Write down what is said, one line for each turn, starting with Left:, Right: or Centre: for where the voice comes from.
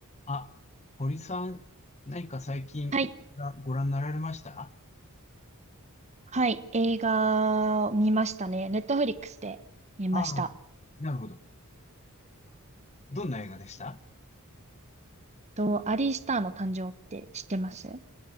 Left: あ、堀さん、何か最近
Right: はい。
Left: ご覧になられました
Right: はい。映画見ましたね。ネットフリックスで見ました。
Left: ああ、なるほど。どんな映画でした
Right: と、アリー・スターの誕生って知ってます